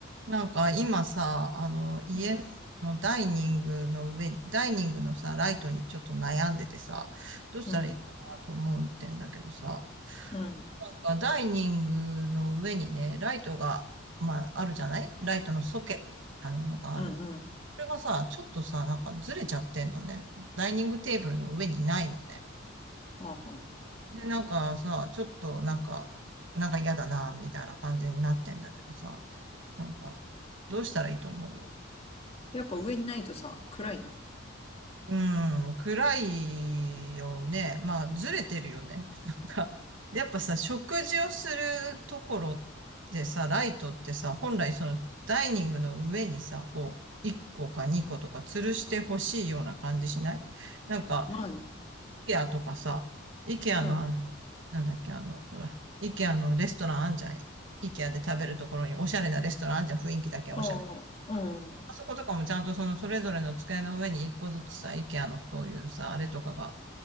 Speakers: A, on the right; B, on the left.
A: なんか今さ、あの、家のダイニングの上ダイニングのさ、
B: う
A: ライトにちょっと悩んでてさ、どうしたらいいかなと思ってんだけどさ、
B: ん、うん、うん、
A: なんかダイニングの上にね、ライトが、まあ、あるじゃないライトのソケットみたいなのがある。
B: うん。うん
A: それがさ、ちょっとさ、なんかずれちゃってんのね。ダイニングテーブルの上にないのね。
B: はあはあ。
A: で、なんかさ、ちょっとなんか、なんか嫌だな、みたいな感じになってんだけどさ、なんか、どうしたらいいと思うよ。
B: やっぱ上にないとさ、暗いの。
A: うん、暗いよね。まあ、ずれてるよね。<laughs> なんか、やっぱさ、食事をするところでさ、ライトってさ、本来そのダイニングの上にさ、こう、1個か2個とか吊るしてほしいような感じしないなんか、
B: まあね。
A: イケアとかさ、イケアのあの、
B: うん。
A: なんだっけ、あの、ほら、イケアのレストランあんじゃん。イケアで食べるところにおしゃれなレストランあんじゃん。雰囲気だけはおしゃれ。
B: ああ、うん。
A: あそことかもちゃんとそのそれぞれの机の上に一個ずつさ、IKEA のそういうさ、あれとかが